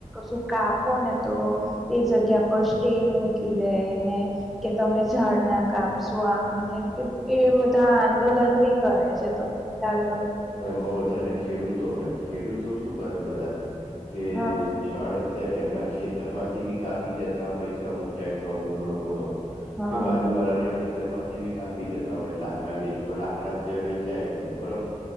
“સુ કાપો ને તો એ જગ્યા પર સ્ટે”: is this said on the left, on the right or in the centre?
Centre